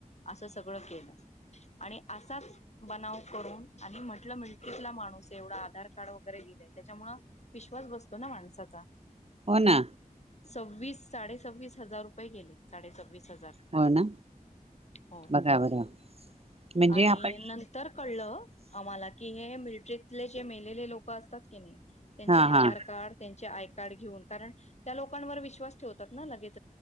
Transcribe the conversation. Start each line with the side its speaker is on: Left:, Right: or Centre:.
Left: असं सगळं केलं आणि असाच बनाव करून आणि म्हटलं मिलकीतला माणूस - एवढा आधार कार्ड वगैरे दिलंय त्याच्यामुळ विश्वास बसतो ना माणसाचा.
Right: हो ना.
Left: सव्वीस साडेसव्वीस हजार रुपये गेले साडेसव्वीस हजार.
Right: हो ना
Left: हो
Right: बघा बरं म्हणजे
Left: आणि
Right: आपण
Left: नंतर कळलं. आम्हाला की हे मिलट्रीतले जे मेलेले लोक असतात की नाही. त्यांचे
Right: हा
Left: आधार
Right: हा
Left: कार्ड त्यांचे आय कार्ड घेऊन कारण त्या लोकांवर विश्वास ठेवतात ना लगेच.